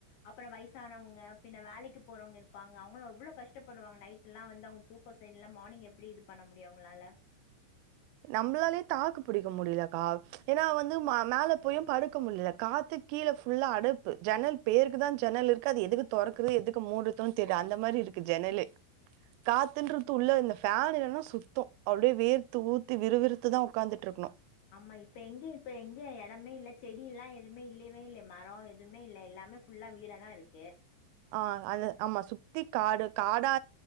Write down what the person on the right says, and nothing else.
நம்மளாலே தாக்கு பிடிக்க முடியல கா ஏன்னா வந்து ம மேல போயு படுக்க முடியல காத்துக்கு கீழ ஃபுல்லா அடைப்பு ஜன்னல் பேருக்கு தா ஜன்னல் இருக்கு அது எதுகு தொறக்குது எதுகு மூடுறதுனு தெரில அந்த மாதிரி இருக்கு ஜெனல காத்துன்றது உள்ள இந்த பேன் இல்லனா சுத்தோ அப்டியே வேர்த் த்து ஊத்தி விறுவிறுத்துதா உகாந்துட்டு இருக்கணு
ஹ் அது ஆமா சுத்தி காடு காடா